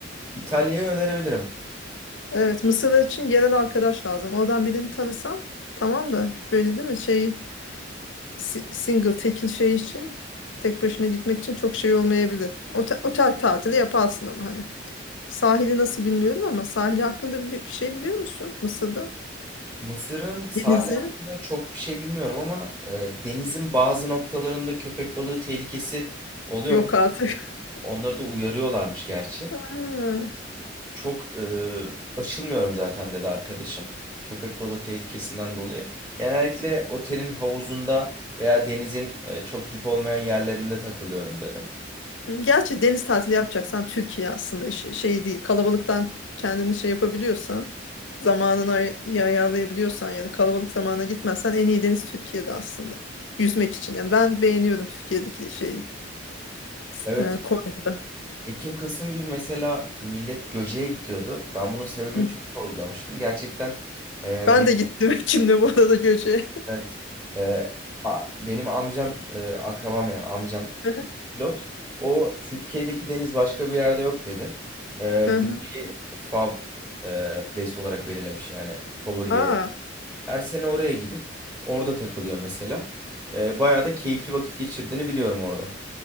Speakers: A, on the right; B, on the left.
A: İtalya'yı önerebilirim.
B: Evet Mısır için yerel arkadaş lazım. Oradan birini tanısam tamam da böyle değil mi? Şey si- single tekil şey için tek başına gitmek için çok şey olmayabilir. Otel, otel tatili yaparsın ama hani. Sahili nasıl bilmiyorum ama sahili hakkında bili- bir şey biliyor musun Mısır'da?
A: Mısır'ın sahili
B: Denizi
A: hakkında çok bir şey bilmiyorum ama e, denizin bazı noktalarında köpek balığı tehlikesi oluyormuş.
B: yok artık.
A: Onları da uyarıyorlarmış gerçi.
B: <laughs> Ha.
A: Çok e, açılmıyorum zaten dedi arkadaşım. Köpek balığı tehlikesinden dolayı. Genellikle otelin havuzunda veya denizin e, çok dip olmayan yerlerinde takılıyorum dedi.
B: Gerçi deniz tatili yapacaksan Türkiye aslında işi- şey değil. Kalabalıktan kendini şey yapabiliyorsan, zamanını ay- iyi ayarlayabiliyorsan yani kalabalık zamana gitmezsen en iyi deniz Türkiye'de aslında. Yüzmek için. Yani ben beğeniyorum Türkiye'deki şeyi. S-
A: Evet.
B: E, Konya'da.
A: Ekim Kasım gibi mesela millet Göce'ye gidiyordu. Ben bunun sebebini
B: Hı.
A: çok sorgulamıştım. Gerçekten e,
B: Ben
A: benim,
B: de gittim <laughs> kimle bu arada Göcek'e.
A: evet, e, a- benim amcam e, akrabam yani amcam
B: <laughs> Hı hı.
A: pilot. O Türkiye'deki deniz başka bir yerde yok dedi. Ee,
B: Hı
A: Göce'yi
B: hı.
A: fav e, place olarak belirlemiş yani favori
B: Aa,
A: yeri. Her sene oraya gidip orada takılıyor mesela. Ee, bayağı da keyifli vakit geçirdiğini biliyorum orada.